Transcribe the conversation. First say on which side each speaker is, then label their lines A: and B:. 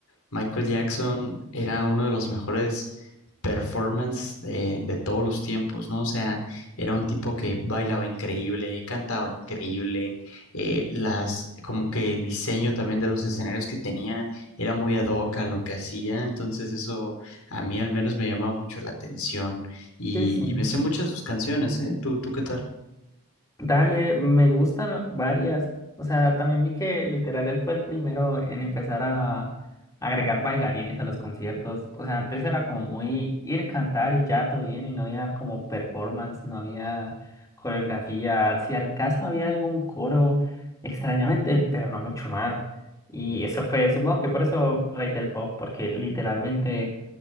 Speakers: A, on the left; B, on the left.
A: Michael
B: Sí.
A: Jackson era uno de los mejores performance de, de todos los tiempos, ¿no? O sea, era un tipo que bailaba increíble, cantaba increíble, eh, las, como que el diseño también de los escenarios que tenía era muy ad hoc a lo que hacía, entonces eso a mí al menos me llamaba mucho la atención y,
B: Sí, sí.
A: y me sé muchas de sus canciones, ¿eh? ¿Tú, tú qué tal?
B: Dale, me gustan varias. O sea, también vi que literal él fue el primero en empezar a agregar bailarines a los conciertos. O sea, antes era como muy ir cantar y ya todo bien y no había como performance, no había coreografía. Si al caso había algún coro, extrañamente, pero no mucho más. Y eso fue, supongo que por eso Rey del Pop, porque literalmente